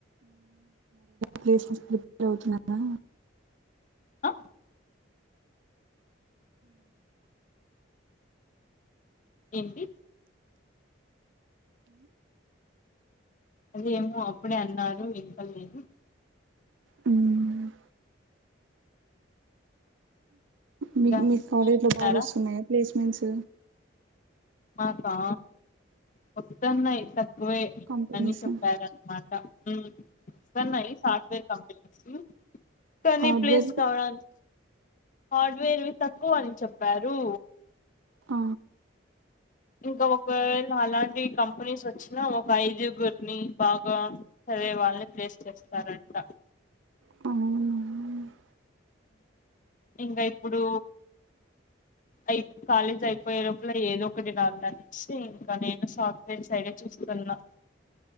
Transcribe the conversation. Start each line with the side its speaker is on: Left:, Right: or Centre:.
Right: ప్లేసెస్ రిప్ అవుతున్నారా
Left: ఆ ఏంటి అది ఏమో అప్పుడే అన్నారు వినపడలేదు
Right: ఉమ్
Left: ఇంకా
Right: మీ మీ కాలేజ్
Left: మీరు
Right: లో
Left: తిన్నారా
Right: బాగా వస్తున్నాయా ప్లేస్మెంట్స్
Left: మాకా వత్తన్నయ్ తక్కువే
Right: కంపెనీస్
Left: అని చెప్పారన్నమాట మ్ వస్తన్నాయి సాఫ్ట్వేర్ కంపెనీస్ కానీ
Right: హార్డ్వేర్
Left: ప్లేస్ కావడాన్ హార్డ్వేర్వి తక్కువ అని చెప్పారు
Right: ఆ
Left: ఇంకా ఒకవేళ అలాంటి కంపెనీస్ వచ్చినా ఒక ఐదుగురిని బాగా చదివే వాళ్ళని ప్లేస్ చేస్తారంట
Right: అవునా
Left: ఇంగా ఇప్పుడు అయి కాలేజ్ అయి పోయే లోపల ఏదో ఒకటి నామ్న సీ ఇంక నేను సాఫ్ట్వేర్ సైడే చూస్తున్న